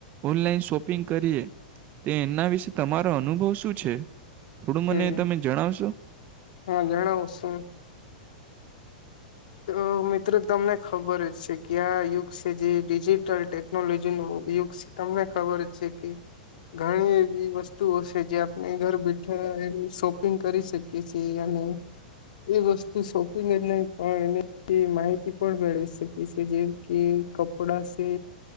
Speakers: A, on the right; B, on the left.
A: ઓનલાઈન શોપ શોપિંગ કરીએ તે એમના વિશે તમારો અનુભવ શું છે થોડું
B: હમ
A: મને તમે જણાવશો
B: હા જણાવશું. તો મિત્ર તમને ખબર હશે. કયા યુગ છે જે ડિજિટલ ટેકનોલોજી નો યુગ છે. તમને ખબર છે કે ઘણી એવી વસ્તુઓ છે જે આપણે ઘર બેઠા એમ શોપિંગ કરી શકીએ છીએ અને એ વસ્તુ શોપિંગ એટલે પણ એની માહિતી પણ મેળવી શકી છે જેમ કે કપડા છે.